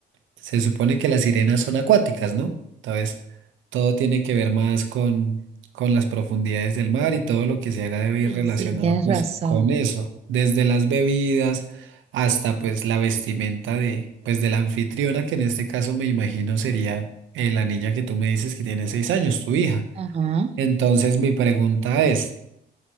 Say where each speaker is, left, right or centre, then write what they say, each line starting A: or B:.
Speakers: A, on the right; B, on the right.
A: se supone que las sirenas son acuáticas, ¿no? Entonces, todo tiene que ver más con, con las profundidades del mar y todo lo que se haga debe
B: sí,
A: ir relacionado
B: sí, tienes
A: pues
B: razón.
A: con eso, desde las bebidas hasta pues la vestimenta de, pues de la anfitriona, que en este caso me imagino sería eh, la niña que tú me dices que tiene seis años, tu hija.
B: Ajá.
A: Entonces mi pregunta es,